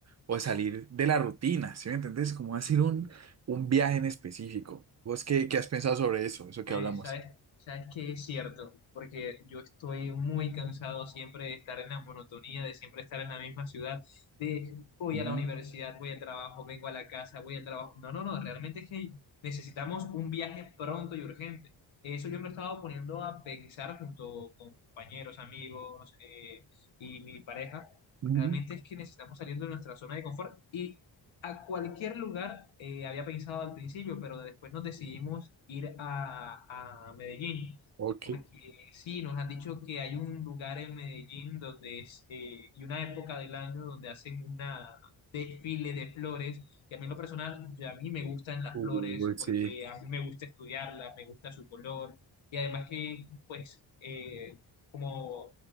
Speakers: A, on the right (about 35°); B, on the left (about 70°).
A: o salir de la rutina, ¿sí me entendés? Como hacer un, un viaje en específico. ¿Vos qué, qué has pensado sobre eso, eso que
B: Oye,
A: hablamos?
B: ¿sabes, sabes que es cierto? Porque yo estoy muy cansado siempre de estar en la monotonía, de siempre estar en la misma ciudad, de voy
A: Ujú,
B: a la universidad, voy al trabajo, vengo a la casa, voy al trabajo. No, no, no, realmente es que necesitamos un viaje pronto y urgente. Eso yo me lo estaba poniendo a pensar junto con compañeros, amigos eh, y mi pareja.
A: ujú.
B: Realmente es que necesitamos salir de nuestra zona de confort y a cualquier lugar, eh, había pensado al principio, pero después nos decidimos ir a, a Medellín,
A: Ok.
B: porque sí, nos han dicho que hay un lugar en Medellín donde es, eh, y una época del año donde hacen una desfile de flores, y a mí en lo personal, ya a mí me gustan las
A: Uy,
B: flores,
A: sí.
B: porque a mí me gusta estudiarlas, me gusta su color, y además que, pues, eh, como,